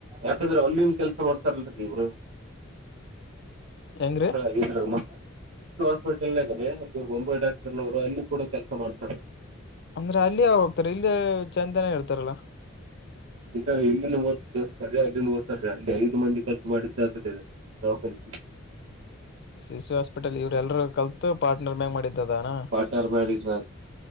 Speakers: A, on the right (about 75°); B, on the left (about 55°).
A: ಯಾಕಂದ್ರೆ ಅಲ್ಲಿನ್ ಕೆಲ್ಸ ಮಾಡ್ತಾರಲ್ರಿ ಇವ್ರ.
B: ಹೆಂಗ್ರೀ
A: ಮಕ್ಕಳ ಆಗಿದ್ರ ಮ ಹಾಸ್ಪಿಟಲ್ಗ ಇವ್ರ ಬೊಂಬಾಯಿ ಡಾಕ್ಟರ್ನವ್ರು ಅಲ್ಲಿ ಕೂಡ ಕೆಲಸ ಮಾಡ್ತಾರಿ.
B: ಅಂದ್ರೆ ಅಲ್ಲಿ ಯಾರ್ ಹೋಗ್ತಾರ ಇಲ್ಲೆ ಚೆಂತನ ಇರ್ತಾರಲ್ಲ
A: ಇ ಇಲ್ಲಿನ್ನು ಓ ಅಲ್ಲಿ ಓತ್ತಾರೀ ಅಲ್ಲಿನೂ ಒಟ್ಟಾರೀ ಐದು ಮಂದಿ ಕಲ್ತು ಮಾಡಿದಿದ್ದಾದ ರಿ ಇದು ದವಾಖಾನೆ
B: ಸಿಸಿ ಹಾಸ್ಪಿಟಲ್ ಇವ್ರ ಎಲ್ರುೂ ಕಲ್ತು ಪಾರ್ಟ್ನರ್ ಮ್ಯಾಗ ಮಾಡಿದ್ದದಾನ
A: ಪಾರ್ಟ್ನರ್ ಮ್ಯಾರೇಜ್ ನ